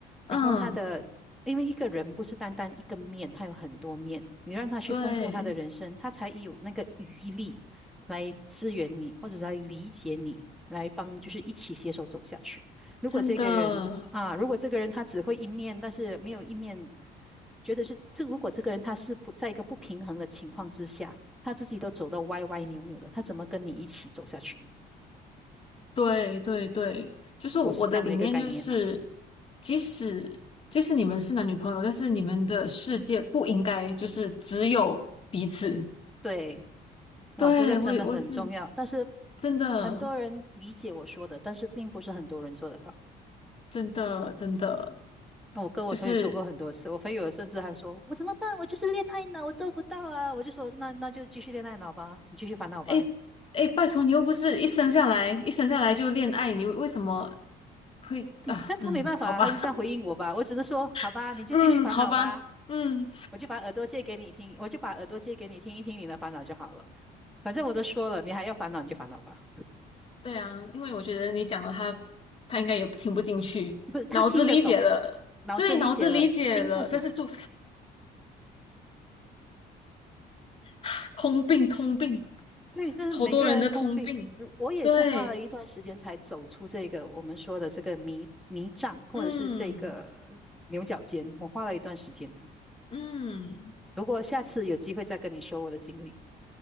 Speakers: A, in the centre; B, on the left.
A: 然后他的，
B: 嗯
A: 因为一个人不是单单一个面，他有很多面，你让他去丰富他的人生，
B: 对，
A: 他才有那个余力来支援你，或者是来理解你，来帮，就是一起携手走下去。如果这个人啊，
B: 真的。
A: 如果这个人他只会一面，但是没有一面。觉得是这如果这个人他是不在一个不平衡的情况之下，他自己都走到歪歪扭扭的，他怎么跟你一起走下去
B: 对对对，就是我的理念就是，
A: 我是这样的一个概念啦、啊
B: 即使即使你们是男女朋友，但是你们的世界不应该就是只有彼此。
A: 对，哇，
B: 对，
A: 这个真的很重要，
B: 我也我是
A: 但是
B: 真的
A: 很多人理解我说的，但是并不是很多人做得到。
B: 真的真的，
A: 那我跟我朋友说过很多次，
B: 就是
A: 我朋友甚至还说：“我怎么办？我就是恋爱脑，我做不到啊！”我就说：“那那就继续恋爱脑吧，你继续烦恼吧。
B: 诶诶，拜托你又不是一生下来一生下来就恋爱，你为什么会啊？
A: <laughs>”但他没办法啊，
B: 嗯，好吧，
A: 他就这样回应我吧。我只能说：“好吧，
B: <laughs>
A: 你就继续烦恼吧。”
B: 嗯，好吧，嗯。
A: 我就把耳朵借给你听，我就把耳朵借给你听一听你的烦恼就好了。反正我都说了，你还要烦恼你就烦恼吧。
B: 对啊，因为我觉得你讲了他，他应该也听不进去，
A: 不是，他听得懂，
B: 脑子理解了，
A: 脑子理解了，
B: 对，脑子理解了，
A: 心不行。
B: 但是就 <laughs> 通病，通病，
A: 对，这是每个人的通病。
B: 好多人的通病，
A: 我我也是花了一段时间才走出这个我们说的这个迷迷障，
B: 对，
A: 或者是这个牛角尖，
B: 嗯
A: 我花了一段时间的。
B: 嗯，
A: 不过下次有机会再跟你说我的经历。